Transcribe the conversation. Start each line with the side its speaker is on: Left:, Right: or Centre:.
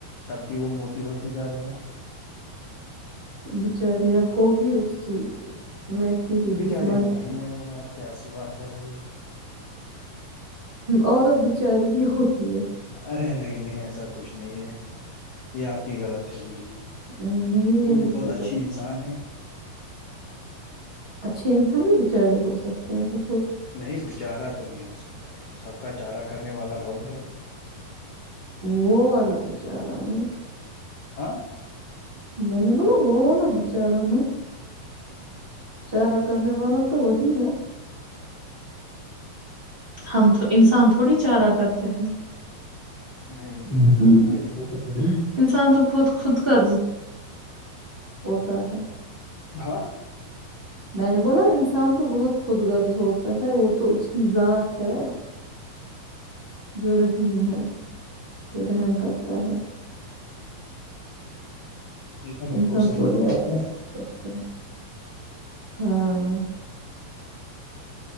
Left: تب بھی وہ موٹی ہوتی جا رہی ہے
Right: بچاری اب ہوگی اس کی <unintelligible> ہی
Left: بچاری
Right: جسمانی
Left: تو نہیں ہے وہ اب کیس بات کر رہی ہیں <unintelligible>
Right: عورت بچاری ہی ہوتی ہے
Left: ارے نہیں نہیں ایسا کچھ نہیں ہے یہ آپ کی غلط فرمی ہے
Right: نہیں یہ
Left: وہ
Right: حقیقت
Left: بہت اچھی انسان ہے
Right: اچھے انسان بھی بچارے ہو سکتے ہیں ایساڑا
Left: نہیں بچارا تو نہیں ہو سکتا ہے سب کا چارہ کرنے والا رب ہے
Right: وہ والا بچارا نہیں
Left: ہاں
Right: میں نے ملب وہولا بچارا چارہ کرنے
Left: جی
Right: والا تو وہی ہے ہم انسان تھوڑی چارہ کرتے ہیں
Left: نہیں نہیں
Right: ہ <unintelligible>
Left: بالکل بھی نہیں
Right: انسان تو بہت خود کا ہوتا ہے <unintelligible>
Left: ہاں
Right: میں نے بولا انسان تو بہت خود غرض ہوتا ہے وہ تو اس کی ذات ہے جو رحیم ہے جو رحم کرتا ہے
Left: یہ تو بالکل
Right: انسان
Left: صحیح
Right: تھوڑی
Left: بولا
Right: وتتے
Left: آپ نے
Right: ہیں ہاں <unintelligible>